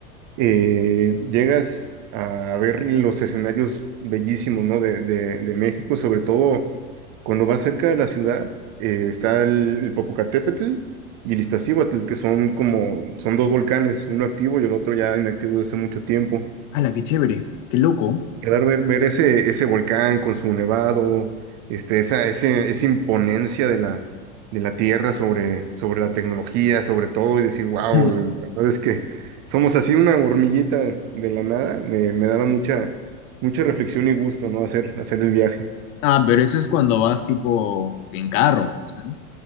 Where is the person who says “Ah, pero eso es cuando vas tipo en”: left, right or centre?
Left